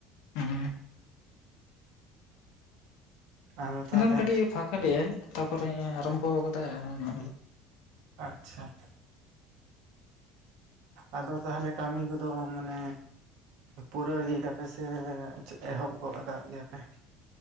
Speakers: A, on the left (about 85°); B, on the right (about 65°).
A: ᱦᱮᱸ
B: ᱟᱫᱚ ᱛᱟᱦᱚᱞᱮ
A: ᱮᱱᱟᱱ ᱠᱟᱹᱴᱤᱡ ᱯᱷᱟᱸᱠᱟ ᱞᱮᱟᱭ, ᱛᱟᱨᱯᱚᱨᱮ ᱟᱨᱟᱢᱵᱚ ᱟᱠᱟᱫᱟᱭ ᱚᱱᱟ
B: ᱟᱪᱪᱷᱟ, ᱦᱮᱸ ᱟᱫᱚ ᱛᱟᱦᱚᱞᱮ ᱠᱟᱹᱢᱤ ᱠᱚᱫᱚ ᱢᱟᱱᱮ ᱯᱩᱨᱟᱹᱣ ᱤᱫᱤᱭ ᱫᱟ ᱯᱮᱥᱮ ᱮᱦᱚᱵ ᱜᱚᱫ ᱟᱠᱟᱫ ᱜᱮᱭᱟ ᱯᱮ ᱾